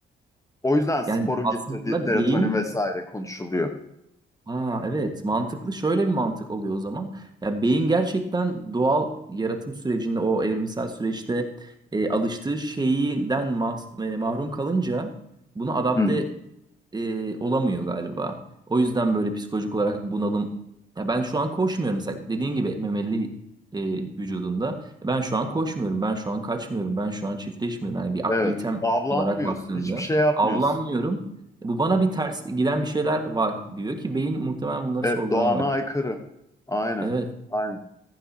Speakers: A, on the left; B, on the right.
A: O yüzden sporun
B: Yani aslında
A: getirdiği serotonin
B: beyin
A: vesaire konuşuluyor.
B: Aa, evet mantıklı şöyle bir mantık oluyor o zaman. Ya beyin gerçekten doğal yaratım sürecinde o evrimsel süreçte e, alıştığı şeyden mah- e, mahrum kalınca buna adapte
A: Hı hı.
B: e, olamıyor galiba. O yüzden böyle psikolojik olarak bunalım. Ya ben şu an koşmuyorum mesela dediğin gibi memeli e, vücudunda. Ben şu an koşmuyorum, ben şu an kaçmıyorum, ben şu an çiftleşmiyorum. Yani bir
A: Evet,
B: aktivitem
A: avlanmıyorsun,
B: olarak baktığında
A: hiçbir şey yapmıyorsun.
B: avlanmıyorum.
A: <laughs>
B: Bu bana bir ters giden bir şeyler var diyor ki beyin muhtemelen bunları
A: Evet,
B: sorgulamaya
A: doğana
B: var.
A: aykırı. Aynen.
B: Evet.
A: Aynen.